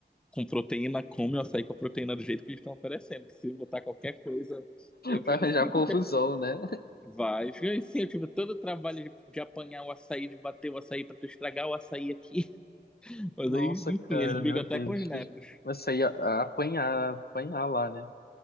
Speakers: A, in the centre; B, on the left.
A: com proteína, come o açaí com a proteína do jeito que eles estão oferecendo, que se botar qualquer coisa, aí eu fico
B: vai arranjar
A: assim,
B: confusão,
A: <laughs>
B: né?
A: Vai. <laughs> Fica Assim, eu tive todo o trabalho de, de apanhar o açaí, de bater o açaí pra tu estragar o açaí aqui. <laughs> Mas
B: Nossa,
A: aí, enfim,
B: cara,
A: eles brigam
B: meu
A: até
B: Deus.
A: com os netos.
B: Vai sair a- a apanhar, apanhar lá, né?